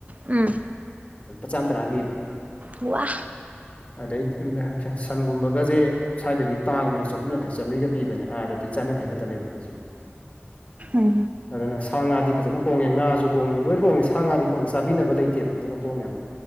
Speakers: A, on the right (about 35°); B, on the left (about 30°).
A: ꯎꯝ
B: ꯆꯥꯝ ꯇꯔꯥ ꯄꯤꯕ
A: ꯋꯥ
B: ꯑꯗꯩ ꯁꯟꯒꯨꯝꯕꯒꯁꯦ ꯁ꯭ꯋꯥꯏꯗꯗꯤ ꯇꯥꯡꯕꯅꯦ ꯆꯍꯨꯝ ꯌꯥꯡꯈꯩ ꯆꯥꯝꯔꯤꯒ ꯄꯤꯕꯅꯦ ꯑꯥꯗꯗꯤ ꯆꯝꯈꯩ ꯌꯥꯡꯈꯩ ꯈꯛꯇꯅꯦꯕ ꯀꯦꯖꯤꯗ
A: ꯎꯝ
B: ꯑꯗꯨꯅ ꯁꯥ ꯉꯥꯗꯤ ꯐꯖꯅ ꯍꯣꯡꯉꯦ ꯉꯥꯁꯨ ꯍꯣꯡꯉꯦ ꯂꯣꯏ ꯍꯣꯡꯉꯦ ꯁꯥ ꯉꯥꯗꯤ ꯍꯣꯡꯉꯦ ꯆꯥꯕꯤꯅꯕ ꯂꯩ ꯇꯦꯕ ꯑꯗꯨꯅ ꯍꯣꯡꯉꯦꯕ